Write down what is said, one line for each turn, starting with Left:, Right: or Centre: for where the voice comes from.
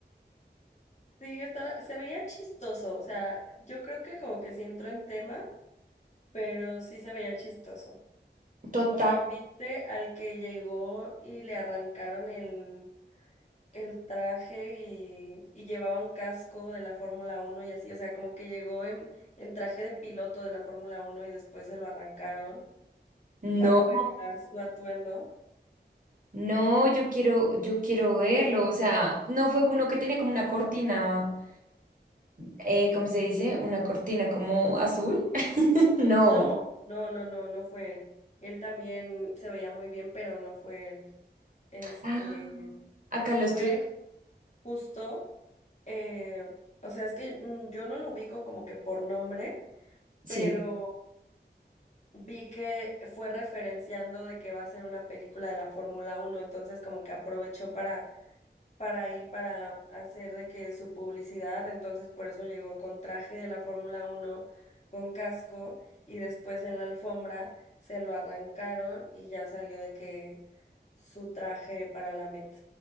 Left: Sí, estaba, se veía chistoso, o sea, yo creo que como que sí entró en tema, pero sí se veía chistoso.
Right: Total.
Left: Oye, ¿viste al que llegó y le arrancaron el, el traje y, y llevaba un casco de la Fórmula uno y así? O sea, como que llegó en, en traje de piloto de la Fórmula uno y después se lo arrancaron
Right: No,
Left: para revelar su atuendo.
Right: no, yo quiero, yo quiero verlo, o sea, no fue uno que tenía como una cortina, eh, ¿cómo se dice? Una cortina como azul. <laughs> No,
Left: No, no, no, no, no fue él. Él también se veía muy bien, pero no fue él. Este
Right: Ah, acá lo
Left: fue
Right: estoy,
Left: justo eh, o sea, es que mm, yo no lo ubico como que por nombre,
Right: sí.
Left: pero vi que fue referenciando de que va a ser una película de la Fórmula Uno entonces como que aprovechó para, para ahí, para hacer de que su publicidad, entonces por eso llegó con traje de la Fórmula Uno con casco, y después en la alfombra se lo arrancaron y ya salió de que su traje para la Met